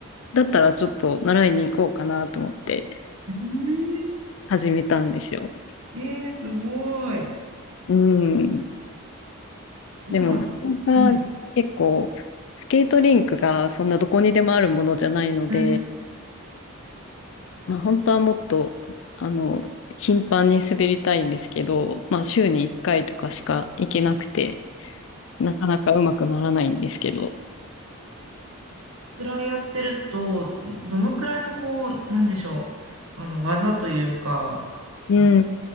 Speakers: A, on the left (about 60°); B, on the right (about 75°).
A: だったらちょっと習いに行こうかなと思って
B: うーん
A: 始めたんですよ。
B: えー、すごい。
A: うん。
B: 今、
A: でもなか
B: うん。
A: なか結構、スケートリンクがそんなどこにでもあるものじゃないので、
B: うん
A: まあ本当はもっと、あの、頻繁に滑りたいんですけど、まあ週に1回とかしか行けなくて、なかなかうまくならないんですけど、
B: くらいやってると、どのくらいのこう、なんでしょう。あの、技というか、
A: うん、
B: あの